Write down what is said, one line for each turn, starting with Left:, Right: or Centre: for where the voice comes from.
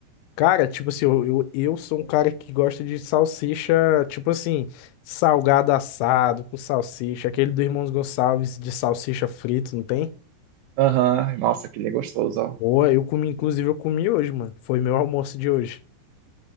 Left: cara, tipo assim, eu, eu, eu sou um cara que gosta de salsicha, tipo assim, salgado assado com salsicha, aquele do Irmãos Gonçalves de salsicha frito, não tem?
Right: Aham, Nossa, que ele é gostoso, ó.
Left: Boa, eu comi, inclusive eu comi hoje, mano, foi meu almoço de hoje.